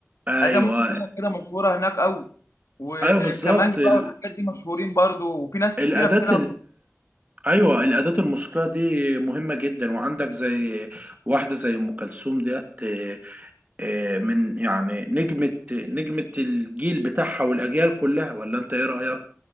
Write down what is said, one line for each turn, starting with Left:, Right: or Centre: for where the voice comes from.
Right: ايوه
Left: اداه موسيقيه كده مشهوره هناك قوي وكمانجا
Right: ايوه بالظبط ال...
Left: بقى والحاجات دي مشهورين برضو وفي ناس كتيرة
Right: الاداه
Left: بتلعب
Right: ايوه الاداه الموسيقيه دي مهمه جدا وعندك زي واحده زي ام كلثوم ديت آه، آه، من يعني نجمه نجمه الجيل بتاعها والاجيال كلها ولا انت ايه رايك